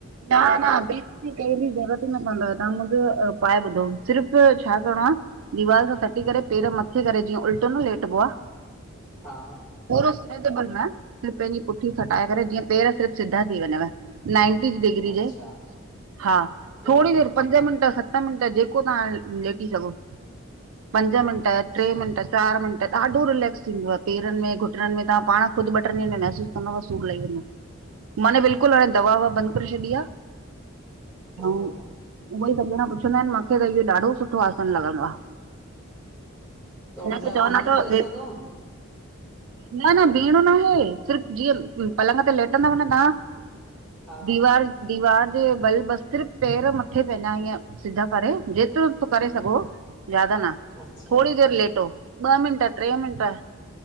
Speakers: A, on the right; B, in the centre.
A: ना-ना बि कि करण जी ज़रूरत ई न पवंदव, तां मुंजो उपाय ॿुधो सिर्फ़ु छा करणो आ दीवार सां सटी करे पेर मथे करे, जीअं उल्टो न लेटिबो आ?
B: हा
A: पुरो सिर जे बलि न, सिर्फु पेंजी पुठी सटाए करे। जीअं पेर सिर्फु सीधा थी वञव नाइन टी डिगरी
B: अच्छा
A: जे हा,
B: हम्म
A: थोड़ी देर पंज मिंट स त मिंट जेको तहां लेटी सघो पंज मिंट,
B: अच्छा
A: ट्रै मिंट चार मिंट ॾाढो! रिलेक्स थींदव पेरन में, घुटननि में तां पाण ख़ुदु ॿ ट्रिन ॾींहन में महसूस कंदव सूर लई वेंदो। मनि बिल्कुल हाण दवा-ववा बंद करी छॾी आ।
B: हम्म
A: हा हुवे ई‌ सब‌ ॼणा पुछंदा अनि मां? मिंखे त इयो ॾाढो सुठो आसन लॻंदो आ।
B: त उल्टा
A: उनखे चवंदा
B: बीह बि
A: त
B: था सघूं
A: ए न न बीयणो न आहे सिर्फु जीअं पलंग ते लेटंदव न तां
B: हा
A: दीवार दीवार जे बलि बसि, सिर्फु पेर मथे ते अञां ईअं सीधा करे जे तुरत करे सघो ज्यादा ना।
B: अच्छा
A: थोड़ी देर लेटो ॿ मिंट, ट्रे मिंट